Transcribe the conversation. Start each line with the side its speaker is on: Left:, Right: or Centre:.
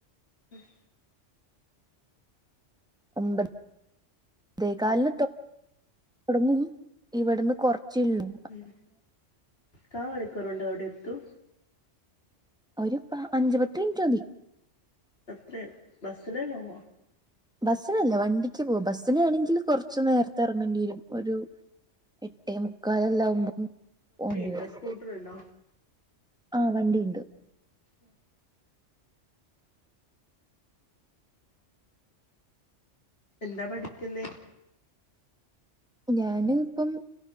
Left: ഉം <inaudible>
Centre: കണ്ട് പത്തേ കാലിന് തൊടങ്ങും ഇവിടുന്ന് കൊറച്ചേ ഉള്ളൂ
Left: ഉം കാ മണിക്കൂറ് കൊണ്ട് അവിടെ എത്തും
Centre: ഒരു പ അഞ്ച് പത്ത് മിനിറ്റ് മതി
Left: അത്രേയുള്ളൂ ബസ്സിനല്ലേ പോവാ?
Centre: ബസ്സിനല്ല വണ്ടിക്കെ പോകു ബസ്സിനാണെങ്കി കൊറച്ചു നേരത്തെ എറങ്ങണ്ടി വരും ഒരു എട്ടേ മുക്കാല് അല്ല ഒൻപതു - ഓ വണ്ടി
Left: ഉണ്ടോ
Centre: വരും
Left: സ്കൂട്ടർ ഉണ്ടോ
Centre: ആഹ് വണ്ടിയിണ്ട്
Left: ഉം എന്താ പഠിക്കുന്നേ
Centre: ഞാന് പ്പം